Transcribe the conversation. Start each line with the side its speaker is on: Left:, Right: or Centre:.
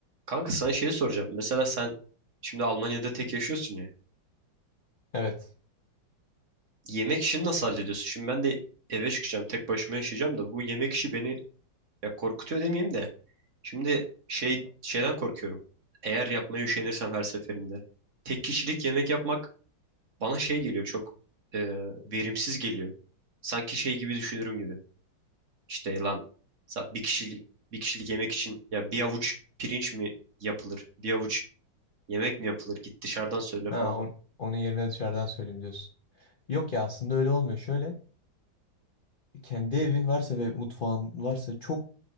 Right: Kanka sana şeyi soracağım. Mesela sen şimdi Almanya'da tek yaşıyorsun ya.
Left: Evet.
Right: Yemek işini nasıl hallediyorsun? Şimdi ben de eve çıkacağım, tek başıma yaşayacağım da bu yemek işi beni ya korkutuyor demeyeyim de. Şimdi şey şeyden korkuyorum. Eğer yapmaya üşenirsem her seferinde. Tek kişilik yemek yapmak bana şey geliyor çok e, verimsiz geliyor. Sanki şey gibi düşünürüm gibi. İşte lan zaten bir kişilik bir kişilik yemek için ya bir avuç pirinç mi yapılır? Bir avuç yemek mi yapılır? Git dışarıdan söyle
Left: Ha,
Right: falan.
Left: on- onun yerine dışarıdan söyleyeyim diyorsun. Yok ya aslında öyle olmuyor. Şöyle kendi evin varsa ve mutfağın varsa çok